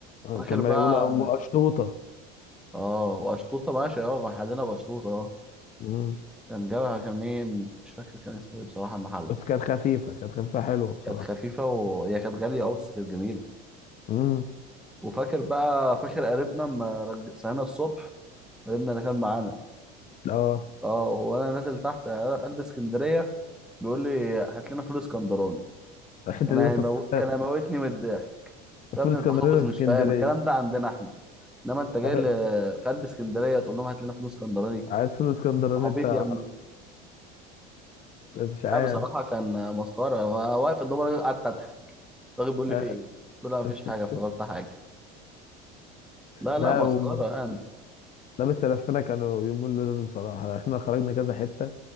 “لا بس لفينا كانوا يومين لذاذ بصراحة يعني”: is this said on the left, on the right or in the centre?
Left